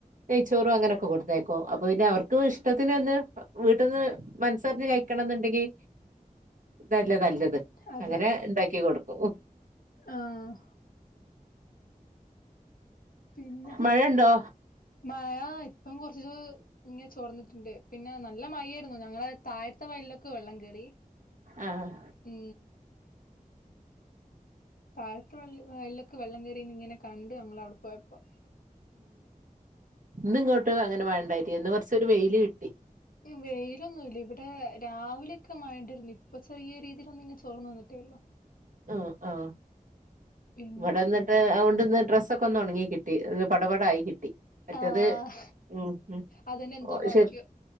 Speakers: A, on the right (about 65°); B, on the left (about 80°).
A: നെയ്ച്ചോറും അങ്ങനെയൊക്കെ കൊടുത്തേക്കും അപ്പൊ പിന്നെ അവർക്ക് ഇഷ്ടത്തിന് ഒന്ന് വീട്ട്ന്ന് മനസ്സറിഞ്ഞ് കഴിക്കണം ന്ന്ണ്ടെങ്കി ഇതല്ലേ നല്ലത്
B: അതെ
A: അങ്ങനെ ണ്ടാക്കി കൊടുക്കും
B: ആഹ് പിന്നെ
A: മഴണ്ടോ
B: മഴ ഇപ്പം കുറച്ചൊര് ചോർന്നിട്ട്ണ്ട് പിന്നെ നല്ല മഴായിരുന്നു ഞങ്ങളെ താഴത്തെ വയ ല് ലൊക്കെ വെള്ളം കേറി
A: ആഹ്
B: മ് തഴത്ത വയൽലൊക്കെ വെള്ളം കേറീന്ന് ഇങ്ങനെ കണ്ട് ഞങ്ങള് അവിടെ പോയപ്പോ
A: ഇന്ന് ഇങ്ങോട്ട് അങ്ങനെ മഴണ്ടായിട്ടി ഇന്ന് കുറച്ചൊരു വെയില് കിട്ടി
B: ഇ വെയിലൊന്നും ല്ല ഇവിടെ രാവിലൊക്കെ മഴ ന്റെര്ന്ന് പ്പൊ ചെറിയ രീതീ ലൊന്ന് ങ്ങ തൊറന്ന്ന്നിട്ടേ ള്ളൂ
A: ആ ആ
B: പിന്നെ
A: ഇവടന്ന് ണ്ട് അ ഓണ്ട്ന്ന് ഡ്രസ്സെക്കെ ഒന്ന് ഒണങ്ങി കിട്ടി പടപട ആയി കിട്ടി മറ്റത്
B: ആഹ്
A: ഉം
B: അതന്നെ എന്തോ ഭാഗ്യം
A: ശരി